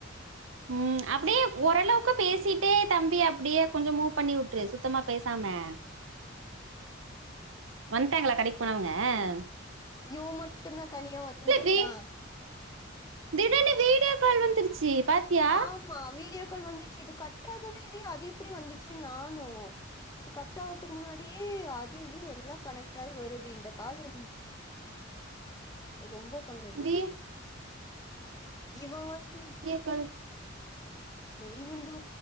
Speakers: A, on the right; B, on the left.
A: உம் அப்படியே ஓரளவுக்கு பேசிட்டே தம்பி அப்படியே கொஞ்சம் மூவ் பண்ணி விட் சுத்தமா பேசாம வட்டாங்களா கடைக்கு போனவங்க ம்
B: இவ மட்டும்தான் தனியா ஒத்துன்றிருக்கிறான்
A: வி திடீர்னு வீடியோ கால் வந்துருச்சு பாத்தியா
B: ஆமா வீடியோ. கள் வந்துச்சு இது கட் ஆகவே இல்லையே அது எப்படி வந்துச்சு நானு. இது கட் ஆகறதுக்கு முன்னாடியே அது இது எல்லாம கனெக்ட் ஆகி வருது இந்த கால் எனக்கு ரொம்ப. பண்ணது.
A: வீ
B: இவ வந்து.
A: க்கல்.
B: இவனுது